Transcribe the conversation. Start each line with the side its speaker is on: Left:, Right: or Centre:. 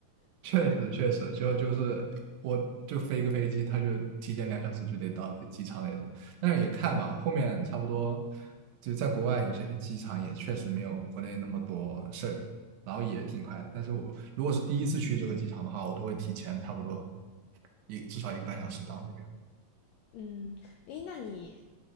Right: 确实确实，就就是我就飞一个飞机，他就提前两小时就得到飞机场那种。但是也看吧，后面差不多就在国外有些飞机场也确实没有国内那么多事儿，然后也挺快的。但是我如果是第一次去这个机场的话，我都会提前差不多一至少一个半小时到那边，
Left: 嗯，诶，那你